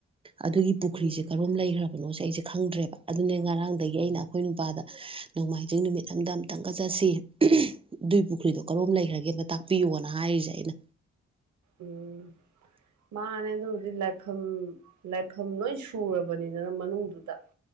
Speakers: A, on the right; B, on the right.
A: ꯑꯗꯨꯒꯤ ꯄꯨꯈ꯭ꯔꯤꯁꯦ
B: ꯎꯝ
A: ꯀꯔꯣꯝ ꯂꯩꯈ꯭ꯔꯕꯅꯣꯁꯦ ꯑꯩꯁꯦ ꯈꯪꯗ꯭ꯔꯦꯕ ꯑꯗꯨꯅꯦ ꯉꯔꯥꯡꯗꯒꯤ ꯑꯩꯅ ꯑꯩꯈꯣꯏ ꯅꯨꯄꯥꯗ ꯅꯣꯡꯃꯥꯏꯖꯤꯡ ꯅꯨꯃꯤꯠ ꯑꯝꯗ ꯑꯝꯇꯪꯒꯠꯆꯠꯁꯤ ꯑꯗꯨꯏ ꯄꯨꯈ꯭ꯔꯤꯗꯣ ꯀꯔꯣꯝ ꯂꯩꯈ꯭ꯔꯒꯦ ꯑꯝꯇ ꯇꯥꯛꯄꯤꯌꯣꯅ ꯍꯥꯏꯔꯤꯁꯦ ꯑꯩꯅ
B: ꯎꯝ ꯃꯥꯅꯦ ꯑꯗꯨꯕꯨꯗꯤ ꯂꯥꯏꯐꯝ ꯂꯥꯏꯐꯝ ꯂꯣꯏ ꯁꯨꯔꯕꯅꯤꯗꯅ ꯃꯅꯨꯡꯗꯨꯗ